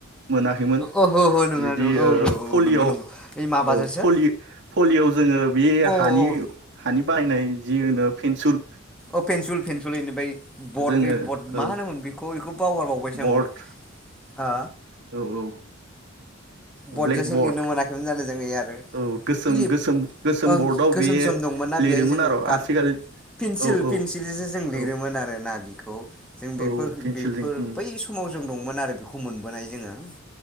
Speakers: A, on the right; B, in the centre.
A: मोनाखैमोन
B: ओहो ओहो नङा
A: बिदि
B: नों औ नंगौ औ
A: पलियआव
B: नंगौ नंगौ ओइ माबाजोंसो
A: औ पलि पलिय'आव जोंङो बे
B: अ ओं
A: हानि हानि बानायनाय जे मोनो पेन्सिुल
B: औ पेनसुल- पेनसुल इनिफायबद बंद
A: जोङो
B: बद
A: ओं
B: मा होनोमोन बेखौ गयखौ बावगारबावबायसो
A: बर्ड
B: आंबो आ
A: औ -औ
B: बर्डजोंसो
A: ब्लेक बर्ड
B: लिरनो मोनाखैमोन जानो जो आरो
A: औ गोसोम
B: खिलिप
A: गोसोम गोसोम
B: ओं
A: बर्डआव
B: गोसोम
A: बे
B: सम दंमोन ना
A: लिरोमोन
B: बेहाय जोङो
A: आरो आथिखाल
B: पन्सिल
A: औ औ
B: पन्सिलजोंसो जों
A: औ
B: लिरोमोन आरोना खौ जों बेफोर-बेफोर
A: औ पेन्सिलजों उम
B: बै समाव जों दंमोन आरो बेखौ मोनबोनाय जोंङो